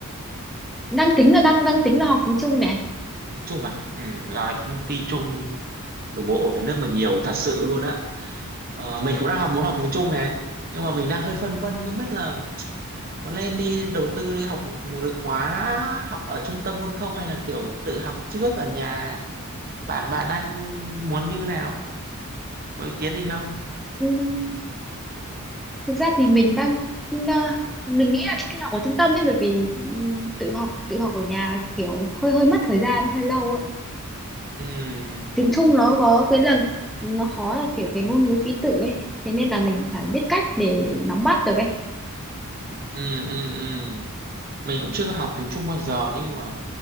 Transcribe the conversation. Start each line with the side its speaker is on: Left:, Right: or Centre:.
Centre: đang tính là đang đang tính là học tiếng Trung này
Right: Thì Trung à? Ừ, dạo này công ty Trung nội bộ về nước mình nhiều thật sự luôn á. Ờ, mình cũng đang học muốn học tiếng Trung này nhưng mà mình đang hơi phân vân không biết là có lên đi đầu tư đi học một cái khóa học ở trung tâm luôn không hay là kiểu tự học trước ở nhà bạn bạn đang muốn như nào có ý kiến gì không
Centre: Ừm, thực ra thì mình đang ờ, mình nghĩ là nên đi học ở trung tâm ấy bởi vì ừm, tự học tự học ở nhà kiểu hơi hơi mất thời gian hơi lâu ấy
Right: ừ
Centre: tiếng Trung nó có cái là nó khó là kiểu cái ngôn ngữ ký tự ấy thế nên là mình phải biết cách để nắm bắt được ấy
Right: ừ ừ ừ mình cũng chưa học tiếng Trung bao giờ nhưng mà